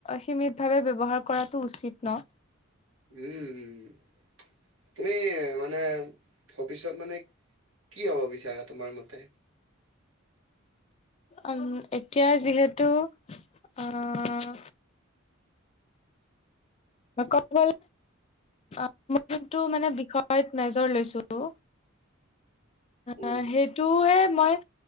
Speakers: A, on the left; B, on the right.
A: সীমিত ভাৱে ব্যৱহাৰ কৰাটো উচিত ন।
B: উম উ তুমি মানে, ভৱিষ্যত মানে। কি হব বিচাৰা তোমাৰ মতে।
A: উম এতিয়া যিহেতু। আহ। ম কতল। অ মই যোনটো মানে বিষয়ত মেজৰ লৈছো।
B: উম
A: অ সেইটোয়ে মই।